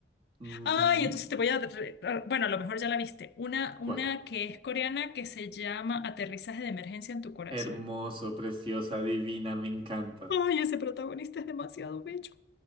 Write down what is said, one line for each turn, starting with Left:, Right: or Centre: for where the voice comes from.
Right: Ujú.
Left: Ay, entonces te voy a... re- a- Bueno, a lo mejor ya la viste. Una, una
Right: ¿Cuál?
Left: que es coreana que se llama Aterrizaje de emergencia en tu corazón.
Right: Hermoso, preciosa, divina, me encanta.
Left: Ay, ese protagonista es demasiado bello.